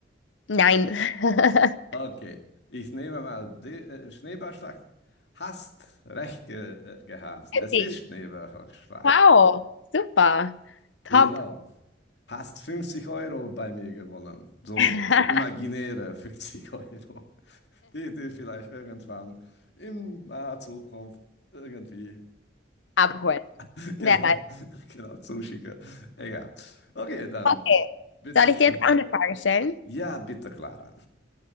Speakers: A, on the left; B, on the left.
A: nein. <laughs>
B: Okay, ich nehme mal die äh, Schneeballschlacht. Hast recht ge äh, gehabt. Es
A: Okay.
B: ist Schneeballschlacht.
A: Wow, super. Top.
B: Genau. Hast 50 Euro bei mir gewonnen. So
A: <laughs>
B: imaginäre <laughs> 50 Euro, die dir vielleicht irgendwann in naher Zukunft irgendwie
A: Abholen.
B: <laughs>
A: Wer
B: genau,
A: weiß.
B: genau zuschicke. Egal. Okay, dann
A: Okay.
B: bitteschön.
A: Soll ich dir jetzt auch eine Frage stellen?
B: Ja, bitte, Clara.